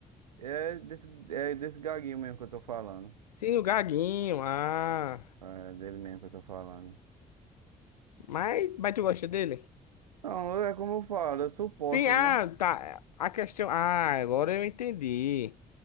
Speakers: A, on the right; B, on the left.
A: É desse, é desse gaguinho mesmo que eu tô falando.
B: Sim, o Gaguinho. Ah.
A: É dele mesmo que eu tô falando.
B: Mas, mas tu gosta dele?
A: Não, é como eu falo, eu suporto,
B: Sim, ah,
A: né?
B: tá. A questão. Ah, agora eu entendi.